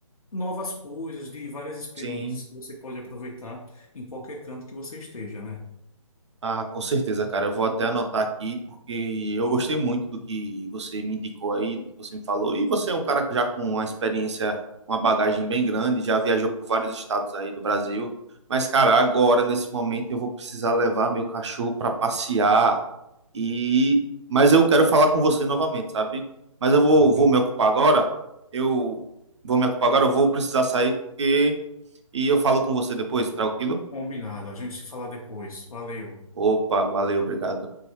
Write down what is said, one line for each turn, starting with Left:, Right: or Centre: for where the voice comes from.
Left: novas coisas, de várias experiências
Right: Sim.
Left: que você pode aproveitar em qualquer canto que você esteja, né?
Right: Ah, com certeza, cara. Eu vou até anotar aqui porque eu gostei muito do que você me indicou aí, do que você me falou. E você é um cara que já com uma experiência, uma bagagem bem grande, já viajou por vários estados aí do Brasil. Mas, cara, agora, nesse momento, eu vou precisar levar meu cachorro para passear E mas eu quero falar com você novamente, sabe? Mas eu vou,
Left: Tá
Right: vou me ocupar agora. Eu vou me ocupar agora, eu vou precisar sair porque e eu falo com você depois, tranquilo?
Left: Combinado. A gente se fala depois. Valeu.
Right: Opa, valeu, obrigado.